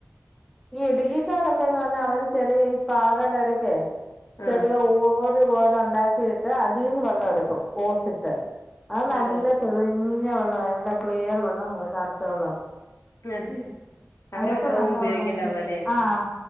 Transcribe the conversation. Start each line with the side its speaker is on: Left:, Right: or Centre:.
Centre: ഈ ഇടുക്കിക്കാരൊക്കെയെന്നു പറഞ്ഞാ അവര് ചെറിയ ഈ പാറടെ ഇടക്കെ ചെറിയ
Left: ആഹ്
Centre: ഓവ് ഇത് പോലെ ഉണ്ടാക്കിട്ട് അതീന്ന് വെള്ളം എടുക്കും ഓസിട്ട് അത് നല്ല
Left: അതെ
Centre: തെളിഞ്ഞ വെള്ളം നല്ല ക്ലിയർ വെള്ളം ഏതാണ് പച്ചവെള്ളം
Left: അതെ അവരതാവും
Centre: അതൊക്കെ നല്ല
Left: ഉപയോഗിക്കണ്ടാവ
Centre: വെള്ളമായിട്ട്
Left: അല്ലെ
Centre: ആഹ്